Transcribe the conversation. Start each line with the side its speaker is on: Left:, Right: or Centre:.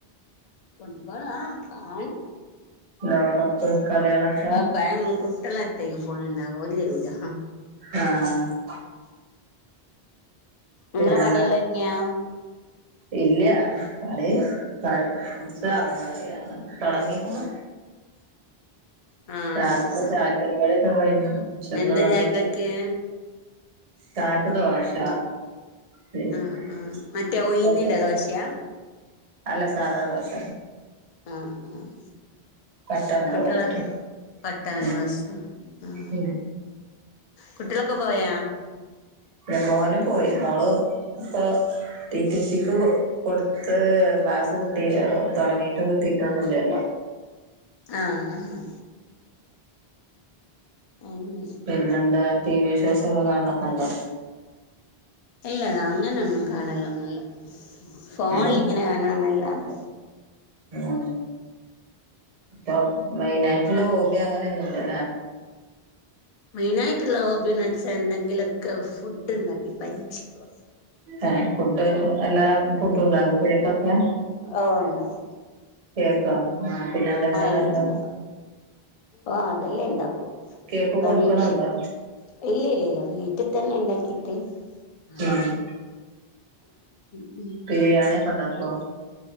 Left: ഫുട്ബോള് ആ കാണും
Right: ലോ കപ്പ് കളിയൊളെക്കെ
Left: <unintelligible> യം കുട്ട്യോളെ ട്ത്തേക്ക് ഫോണ് ണ്ടാവ ഓല് രൂല്ലാ
Right: ആഹ് പിന്നന്താ
Left: ഇങ്ങളെ പണിയെല്ലാം ഒരുങ്ങിയാ
Right: ഇല്ല കളി പ കുറച്ച് ആവും കഴിയാന് തുടങ്ങിക്ക്ണു
Left: ആഹ്
Right: രാവിൽത്തെ
Left: ആഹ്
Right: ചായ പരിപാടിയൊക്കെ കഴിഞ്ഞേ ച്ചക്ക്ള്ളതൊക്കെ
Left: എന്താ ചായക്കക്ക്
Right: ചായക്ക് ദോശ പിന്നെ
Left: ആ ആ മറ്റേ ഉഴ്ന്നിന്റെ
Right: ഒക്കെ
Left: ദോശ്യ
Right: അല്ല സാധാ ദോശ
Left: ആഹ് ആഹ്
Right: പട്ടാണി
Left: കുട്ട്യോ
Right: റോസ്റ്റ്
Left: ളെ പട്ടാണി
Right: ഉം
Left: റസും ആഹ്
Right: ഉം
Left: കുട്ടിളൊക്കെ പോയാ
Right: ഇവടെ മോന് പോയി മോള് ഇപ്പം ടിടിസിക്ക് കൊട്ത്ത് ക്ലാസ് കിട്ടി തൊടങ്ങിട്ടും കിട്ടീട്ടും ഒന്നുല്ലല്ലോ
Left: ആ അഹാ അങ്ങനെ
Right: പിന്നെന്താ ടി വി ഷോസ് ഒക്കെ കാണലെക്കെണ്ടോ
Left: ഇല്ല ല്ല അങ്ങനെയൊന്നും കാണലൊന്നുല്ല ഫോൺല്ങ്ങനെ
Right: ഉം
Left: കാണന്നല്ലാണ്ട്
Right: ആ പ്പം മെയിനായിട്ട്ള്ള ഹോബി അങ്ങനെയൊന്നു ല്ലല്ലേ
Left: മെയിനിയിട്ട്ള്ള ഹോബിന്ന് വെച്ചാ എന്തെങ്കിലും ക്കെ ഫുഡ് ണ്ടാക്കി പരീക്ഷിക്കുക
Right: ഏ ഫുഡ് എല്ലാ ഫുഡും ണ്ടാകോ കേക്കൊക്കെ
Left: ഓ ഉണ്ടാക്കും
Right: കേക്കോ ആ പിന്നെ എന്തക്കെണ്ടാക്കും
Left: എല്ലാം ഉണ്ടാക്കും ആ അതെല്ലാം ഇണ്ടാക്കും
Right: കേക്ക്
Left: പരീക്ഷിക്കും
Right: കൊടുക്കണണ്ടോ
Left: ഇല്ല ല്ല ല്ല വീട്ട് തന്നെ ണ്ടാക്കിട്ട് അ
Right: ഉം
Left: ഉ
Right: ബിരിയാണി ഒക്കെ ണ്ടാകോ